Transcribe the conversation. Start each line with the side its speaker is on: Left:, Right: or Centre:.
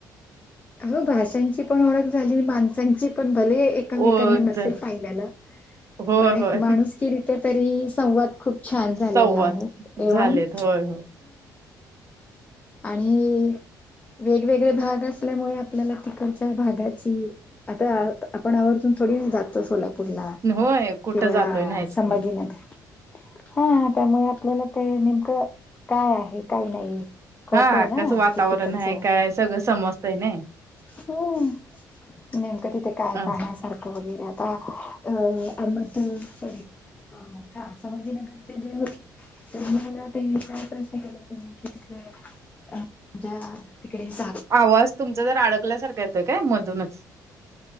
Left: हो भाषांची पण ओळख झाली माणसांची पण भले एमेकांना
Right: ओळख
Left: नसेल
Right: झा
Left: पाहिल्या
Right: होय
Left: पण एक
Right: होय
Left: माणूस तरी संवाद खूप छान झालेले
Right: संवाद
Left: आहेत एवन
Right: झालेत होय होय
Left: आणि वेगवेगळे भाग असल्यामुळे आपल्याला तिकडच्या भागाची आता आपण आवरतून थोडी जातचो ला ूरला
Right: होय कुठं
Left: किंवा
Right: जातोय नाहीच
Left: संभाजीनगर
Right: की
Left: हा त्यामुळे आपल्याला ते नेमकं काय आहे काही नाही. कळतय
Right: हा
Left: ना
Right: कसं वातावरण
Left: ते तिकडचं
Right: आहे काय सगळं समजत आहे नाही.
Left: हम्म नेमकं तिथे काय
Right: असं.
Left: पाहण्यासारखं. वगैरेता अ अहमदडे अ हा संभाजीनगरचे ज होते. तर मला ते काय प्रश्न केला त तथडे अझ्या तिकडे स
Right: आवाज तुमचा जर अडकल्यासारखा येतं काय मधूनच